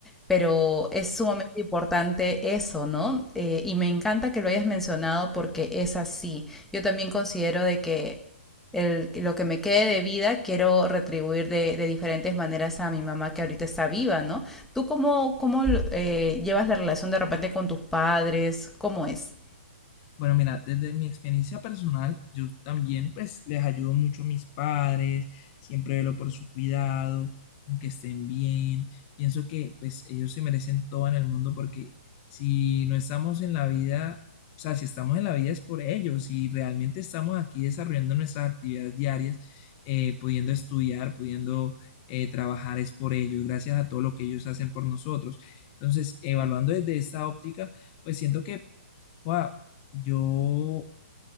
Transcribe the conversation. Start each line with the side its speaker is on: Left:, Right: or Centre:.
Centre: pero es sumamente importante eso, ¿no? Eh, y me encanta que lo hayas mencionado porque es así. Yo también considero de que el- lo que me quede de vida, quiero retribuir de, de diferentes maneras a mi mamá que ahorita está viva, ¿no? ¿Tú cómo, cómo eh, llevas la relación de repente con tus padres? ¿Cómo es?
Left: Bueno, mira, desde mi experiencia personal, yo también pues les ayudo mucho a mis padres, siempre velo por su cuidado, aunque estén bien. Pienso que pues ellos se merecen todo en el mundo porque si no estamos en la vida, o sea, si estamos en la vida es por ellos, si realmente estamos aquí desarrollando nuestras actividades diarias, eh, pudiendo estudiar, pudiendo eh, trabajar, es por ellos, gracias a todo lo que ellos hacen por nosotros. Entonces, evaluando desde esta óptica, pues siento que Wow, yo